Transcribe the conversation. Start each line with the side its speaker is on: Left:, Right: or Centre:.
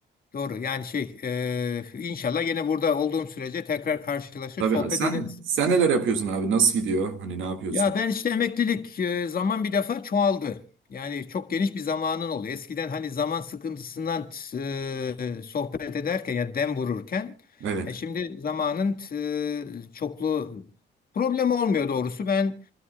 Left: doğru. Yani şey e, inşallah yine burada olduğum sürece tekrar karşılaşıp
Right: Tabii
Left: sohbet
Right: abi. Sen
Left: ederiz.
Right: sen neler yapıyorsun abi? Nasıl gidiyor? Hani ne yapıyorsun?
Left: Ya ben işte emeklilik e, zaman bir defa çoğaldı. Yani çok geniş bir zamanın oluyor. Eskiden hani zaman sıkıntısından e, sohbet ederken ya dem vururken
Right: Evet.
Left: e, şimdi zamanın e, çoklu problem olmuyor doğrusu. Ben